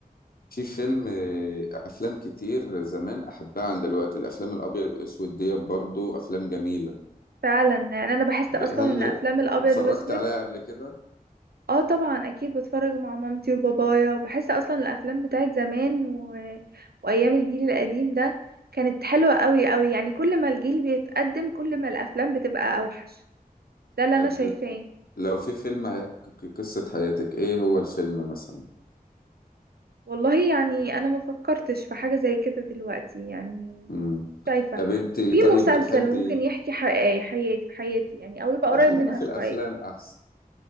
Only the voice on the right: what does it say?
فعلا يعني انا بحس
اصلا
ان افلام الابيض
واسود
اه طبعا اكيد بتفرج مع مامتي وبابايا وبحس اصلا الافلام بتاعت زمان و... وايام الجيل القديم ده كانت حلوة قوي قوي يعني كل ما الجيل بيتقدم كل ما الافلام بتبقى اوحش ده اللي
انا شايفاه
والله يعني انا ما فكرتش في حاجة زي كده دلوقتي يعني
شايفة
في
مسلسل
ممكن
يحكي حقيقي حياتي حياتي يعني او يبقى
قريب
منها
شوية